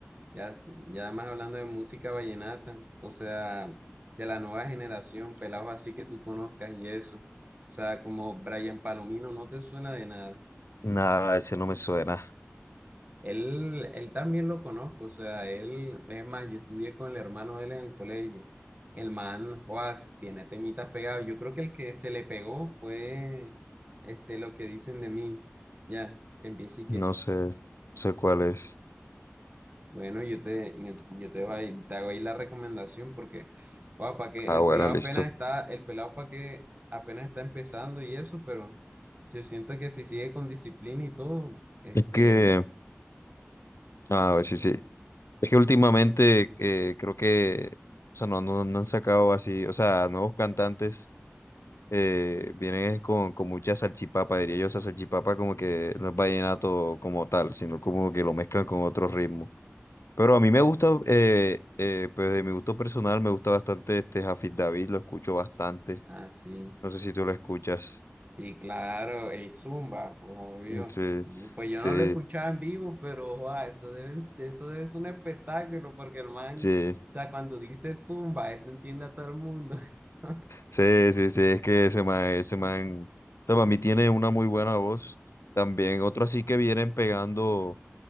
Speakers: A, on the right (about 35°); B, on the left (about 70°).
A: ya, s- ya más hablando de música vallenata, o sea, de la nueva generación, pelados así que tú conozcas y eso. O sea, como Brian Palomino, ¿no te suena de nada?
B: Nada, ese no me suena,
A: Él, él también lo conozco, o sea, él, es más, yo estudié con el hermano de él en el colegio. El man, Juas, tiene temitas pegados. Yo creo que el que se le pegó fue este, lo que dicen de mí. Ya, que empiece y que,
B: no sé, no sé cuál es.
A: bueno, yo te, yo, yo te, voy- te hago ahí la recomendación porque, para que el
B: Ah, bueno,
A: pelado
B: listo.
A: apenas está, el pelado para que apenas está empezando y eso, pero yo siento que si sigue con disciplina y todo, este,
B: Es que, ah, sí, sí. Es que últimamente eh, creo que, o sea, no, no, no han sacado así, o sea, nuevos cantantes eh, vienen es con, con mucha salchipapa, diría yo, esa salchipapa como que no es vallenato como tal, sino como que lo mezclan con otro ritmo. Pero a mí me gusta, eh, eh, pues de mi gusto personal, me gusta bastante este Jafid David, lo escucho bastante.
A: así.
B: No sé si tú lo escuchas.
A: Sí, claro, el Zumba, obvio.
B: <laughs> Sí,
A: Y Pues yo
B: sí,
A: no lo escuchaba en vivo, pero joa, eso debe, eso es un espectáculo, porque el man,
B: sí.
A: o
B: <laughs>
A: sea, cuando dice Zumba, eso enciende a todo el mundo. <laughs>
B: Sí, sí, sí, es que ese man, ese man, ese man a mí tiene una muy buena voz. También otro así que vienen pegando.